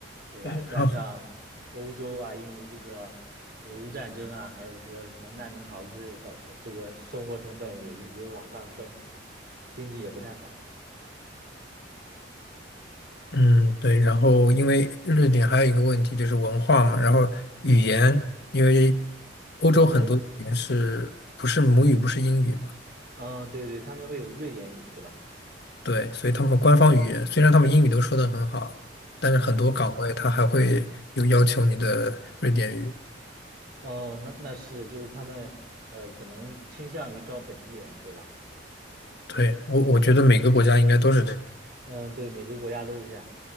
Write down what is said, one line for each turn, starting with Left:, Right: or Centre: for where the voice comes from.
Right: 对吧？
Left: 对，
Right: 加上欧洲啊，
Left: 然后，
Right: 因为这个俄乌战争啊，还有说什么难民潮之类，造成这个生活成本也一直往上升，经济也不太好。
Left: 嗯，对，然后因为瑞典还有一个问题就是文化嘛，然后语言，因为
Right: 哦他们这，
Left: 欧洲很多语言是不是母语不是英语嘛。
Right: 嗯，对对，他们会有瑞典语，对吧？
Left: 对，所以他们官方语言虽然他们英语都说的很好，但是很多岗位他还会有要求你的瑞典语。
Right: 嗯，哦，那那是，就是他们呃，可能倾向于招本地人，对吧？
Left: 对，我我觉得每个国家应该都是这样。
Right: 嗯，对，每个国家都是这样。